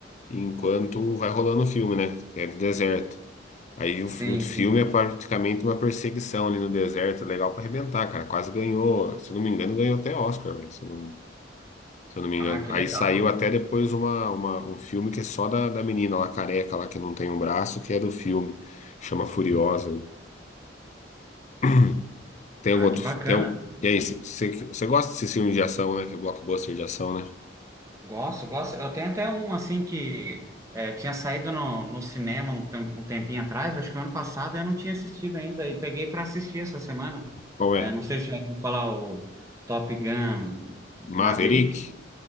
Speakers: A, on the left; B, on the right.
A: enquanto vai rolando o filme, né? Que é do deserto. Aí o,
B: sim,
A: f- o filme
B: sim.
A: é praticamente uma perseguição ali no deserto, legal pra arrebentar, cara. Quase ganhou, se eu não me engano, ganhou até Oscar, velho, se eu não, se eu não me engano.
B: Ah, que
A: Aí
B: legal.
A: saiu até depois uma, uma- um filme que é só da, da menina lá, careca lá, que não tem um braço, que é do filme. Chama Furiosa. hein? <clears throat> Tem
B: Ah,
A: algum outro.
B: que bacana.
A: fi- Tem um, e aí, você gosta desse filme de ação, né? Que é blockbuster de ação, né?
B: Gosto, gosto. Eu tenho até um assim que é, tinha saído no, no cinema um, tem- um tempinho atrás, acho que o ano passado eu não tinha assistido ainda e peguei para assistir essa semana.
A: Qual
B: É,
A: é?
B: não sei se já ouviu falar o Top Gun
A: Maverick?
B: Maverick.